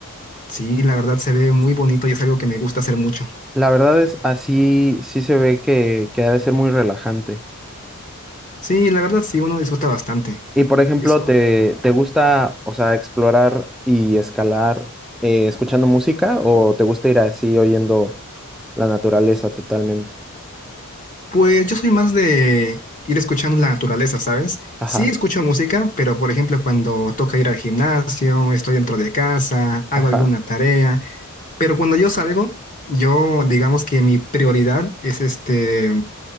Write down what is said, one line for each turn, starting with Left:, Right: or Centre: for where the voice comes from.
Left: Sí, la verdad se ve muy bonito y es algo que me gusta hacer mucho.
Centre: La verdad es, así sí se ve que, que ha de ser muy relajante.
Left: Sí, la verdad sí, uno disfruta bastante.
Centre: Y por ejemplo,
Left: Eso.
Centre: ¿te, te gusta, o sea, explorar y escalar eh, escuchando música o te gusta ir así oyendo la naturaleza totalmente?
Left: Pues yo soy más de ir escuchando la naturaleza, ¿sabes?
Centre: Ajá,
Left: Sí, escucho música, pero por ejemplo cuando toca ir al gimnasio, estoy dentro de casa, hago
Centre: ajá.
Left: alguna tarea, Pero cuando yo salgo, yo digamos que mi prioridad es este, eh,